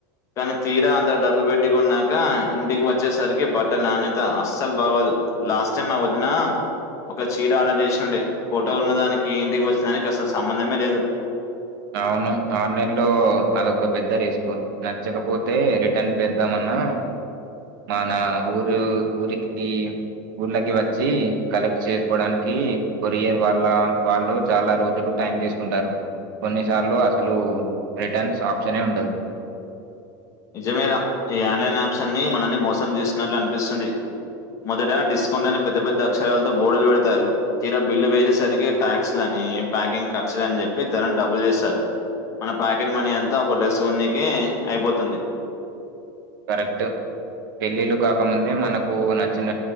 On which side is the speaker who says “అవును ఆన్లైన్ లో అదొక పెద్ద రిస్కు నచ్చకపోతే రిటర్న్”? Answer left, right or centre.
Right